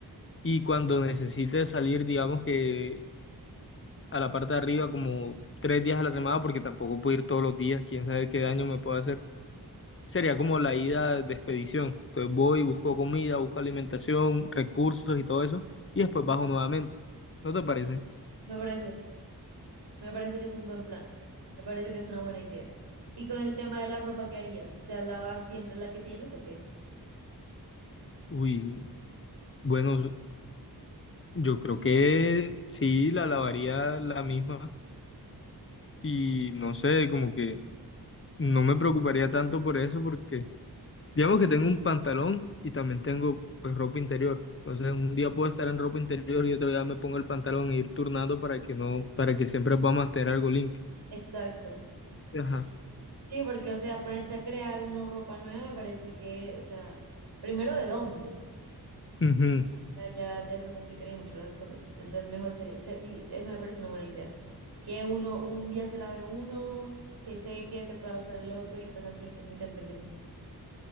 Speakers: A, on the left (about 35°); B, on the right (about 80°).
A: y cuando necesite salir, digamos que a la parte de arriba, como tres días a la semana, porque tampoco puedo ir todos los días, quién sabe qué daño me puedo hacer. Sería como la ida de expedición. Entonces voy, busco comida, busco alimentación, recursos y todo eso, y después bajo nuevamente. ¿No te parece?
B: me parece, me parece que es un buen plan, me parece que es una buena idea. ¿Y con el tema de la ropa qué harías? O sea, lavar siempre la que tienes o qué?
A: Uy, bueno, Yo creo que sí, la lavaría la misma y no sé, como que no me preocuparía tanto por eso porque digamos que tengo un pantalón y también tengo pues ropa interior. Entonces un día puedo estar en ropa interior y otro día me pongo el pantalón e ir turnando para que no, para que siempre pueda mantener algo limpio.
B: Exacto.
A: Ajá.
B: Sí, porque, o sea, ponerse a crear una ropa nueva me parece que, o sea, primero de dónde.
A: Ujú.
B: sea, Ya, ya eso complicaría mucho las cosas. Entonces, mejor sería, se- sí, esa me parece una buena idea. Que uno, un día se lave uno, se seque, te pueda usar el otro y pues así intermitentemente.